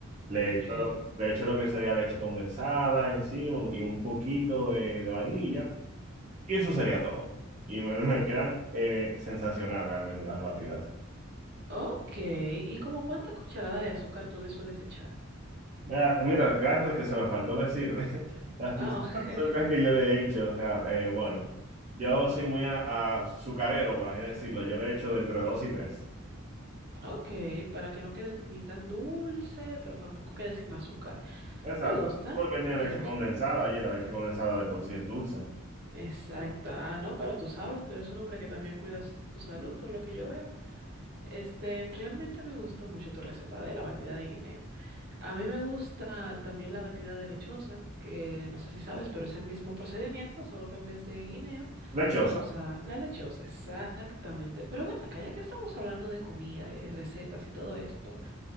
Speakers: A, on the right; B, on the right.
A: Le
B: Ok.
A: echo lo, le echo lo que sería leche condensada encima y un poquito de, de vainilla. Y eso sería todo. Y me, me quedan eh, sensacionales realmente las batidas.
B: Ok, ¿y como cuánta cucharada de azúcar tú le sueles echar?
A: Ah, Mira, gracias que se me faltó decir. <laughs> La cucharadas
B: Ah, oh.
A: de azúcar
B: <laughs>
A: que yo le he hecho, o sea, eh, bueno, yo soy muy a, azucarero, por así decirlo. Yo le he hecho de entre dos y tres.
B: Ok, para que no quede ni tan dulce, pero tampoco quede sin azúcar.
A: Exacto,
B: Me gusta,
A: porque tiene
B: me
A: leche
B: gusta.
A: condensada y la leche condensada de por sí es dulce.
B: Exacto. Ah, no, pero tú sabes, tú eres un hombre que también cuida su su salud, por lo que yo veo. Este, realmente me gustó mucho tu receta de la batida de guineo. A mí me gusta también la batida de lechosa, que no sé si sabes, pero es el mismo procedimiento, solo que en vez de guineo
A: Lechosa.
B: se usa la lechosa. Exactamente. Pero ven acá, ya que estamos hablando de comida y recetas y todo esto.